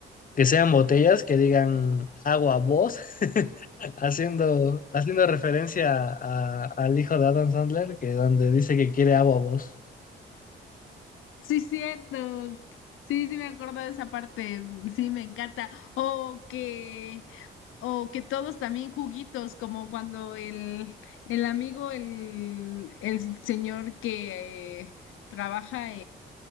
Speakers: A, on the left; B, on the left.
A: que sean botellas que digan agua voz, <laughs> haciendo, haciendo referencia a- al hijo de Adam Sandler, que donde dice que quiere agua voz.
B: Sí, cierto. Sí, sí me acuerdo de esa parte, sí me encanta. O que, o que todos también juguitos, como cuando el, el amigo, el, el señor que eh, trabaja